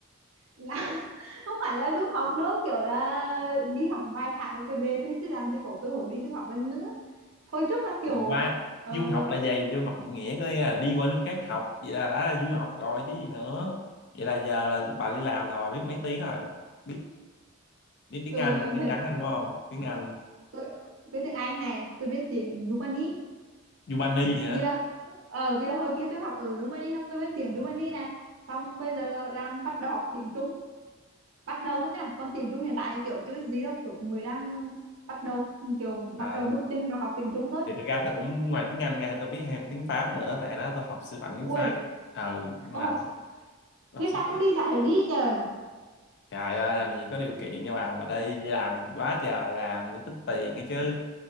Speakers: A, on the right; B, on the left.
A: là <laughs> không hẳn là du học đâu kiểu là đi học vài tháng rồi phải về thôi chứ làm gì có cơ hội đi du học lần nữa hồi trước là kiểu
B: qua
A: ờ,
B: du học là gì du học định nghĩa có nghĩa là đi qua nước khác học vậy là đã là du học rồi chứ gì nữa vậy là giờ là bà đi làm là bà biết mấy tiếng rồi biết biết tiếng
A: ờ,
B: Anh là
A: hiện
B: chắc chắn rồi đúng không tiếng Anh
A: tôi biết tiếng Anh này tôi biết tiếng Rumani
B: Yubani hả
A: vì là ờ vì là hồi kia tôi học ở Rumani xong tôi biết tiếng Rumani này xong bây giờ là đang bắt đầu học tiếng Trung bắt đầu thôi nha còn tiếng Trung hiện tại kiểu chưa biết gì đâu kiểu mới đang bắt đầu kiểu
B: à,
A: bắt đầu bước chân vào học tiếng Trung thôi
B: thì thật ra tôi cũng ngoài tiếng Anh ra thì tôi biết thêm tiếng Pháp nữa tại đó tôi học sư phạm tiếng Pháp
A: ui
B: ừ nhưng
A: ông
B: mà
A: học
B: thì tôi
A: thế
B: học sư
A: sao
B: phạm
A: không đi dạy đi nhờ
B: trời ơi làm gì có điều kiện nha bà mà đi đi làm quá trời làm để tích tiền ấy chứ